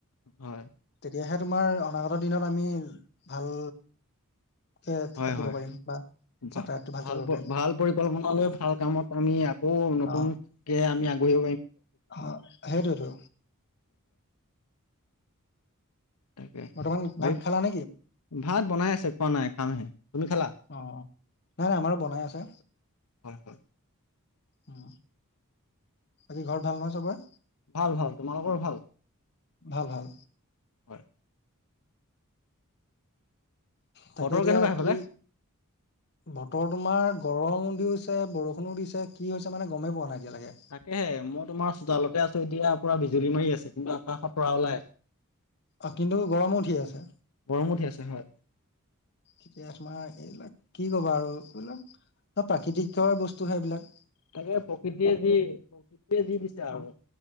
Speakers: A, on the left; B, on the left.
A: হয়
B: তেতিয়াহে তোমাৰ অনাগত দিনত আমি ভাল কে
A: হয়
B: থাকিব
A: হয়
B: পাৰিম বা
A: ভাল
B: যাতায়াতটো ভালকে কৰিব পাৰিম
A: ভাল পৰিকল্পনা লৈ ভাল কামত আমি আকৌ নতুনকে
B: অ
A: আমি আগ <unintelligible>
B: অ সেইটোৱেতো
A: <unintelligible>
B: বৰ্তমান ভাত খালা নেকি
A: ভাত বনাই আছে খোৱা নাই খামহে তুমি খালা
B: অ নাই নাই আমাৰো বনাই আছে।
A: হয়, হয়।
B: উম, বাকী ঘৰত ভাল নহয় চবৰে?
A: ভাল, ভাল, তোমালোকৰ ভাল?
B: ভাল ভাল
A: হয়।
B: তাকে
A: বতৰ
B: এতিয়া
A: কেনেকুৱা সেইফালে?
B: কি বতৰ তোমাৰ গৰম হৈছে, বৰষুণো দিছে কি হৈছে মানে গমেই পোৱা নাই। এতিয়ালৈকে
A: তাকেহে মই তোমাৰ চোতালতে আছ এতিয়া পুৰা বিজুলী মাৰি আছে কিন্তু আকাশত তৰা ওলাই আছে।
B: অ', কিন্তু গৰমো উঠি আছে।
A: গৰম উঠি আছে হয়।
B: কেতিয়া তোমাৰ এইবিলাক কি ক'বা আৰু এইবিলাক প্ৰাকৃতিকৰ বস্তু সেইবিলাক।
A: তাকে প্ৰকৃতিয়ে যি প্ৰকৃতিয়ে যি দিছে আৰু।
B: অ